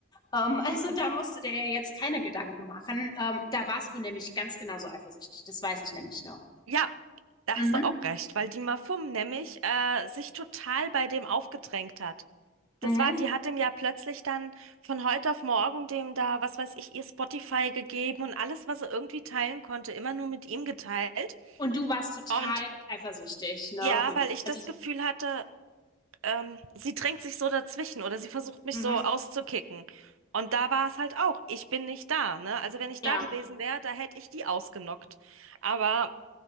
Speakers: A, on the left (about 20°); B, on the right (about 80°).
A: Ähm, <laughs> also da musst du dir ja jetzt keine Gedanken machen. Ähm, da warst du nämlich ganz genauso eifersüchtig, das weiß ich nämlich noch.
B: Ja, da
A: Mhm.
B: hast du auch recht, weil die Mafum nämlich äh, sich total bei dem aufgedrängt hat. Das
A: Mhm.
B: war, die hat ihm ja plötzlich dann von heute auf morgen dem da, was weiß ich, ihr Spotify gegeben und alles, was er irgendwie teilen konnte, immer nur mit ihm geteilt.
A: Und du warst total
B: Und
A: eifersüchtig, ne?
B: ja,
A: Und
B: weil ich
A: also,
B: das Gefühl hatte, ähm, sie drängt sich so dazwischen oder sie versucht mich
A: mhm,
B: so auszukicken. Und da war es halt auch, ich bin nicht da, ne? Also wenn ich
A: ja.
B: da gewesen wäre, da hätte ich die ausgenockt. Aber